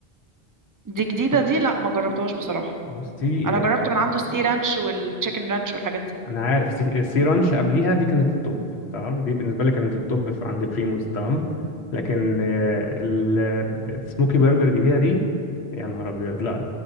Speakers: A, on the right; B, on the left.
A: دي جديدة دي لا ما جربتهاش بصراحة
B: بصي
A: انا جربت من عنده السي رانش والتشيكن رانش والحاجات دي
B: انا عارف سي, سي رانش قبليها دي كانت التوب تمام دي بالنسبه لي كانت التوب في عند بريموز تمام لكن آه، ال- السموكي برجر الجديده دي يا نهار ابيض لا لا